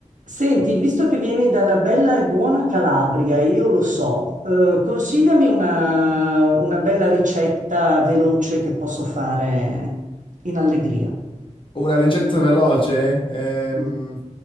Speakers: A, on the right; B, on the left.
A: Senti, visto che vieni dalla bella e buona Calabria, io lo so, eh, consigliami una, una bella ricetta veloce che posso fare in allegria.
B: Una ricetta veloce? Ehm,
A: Mm,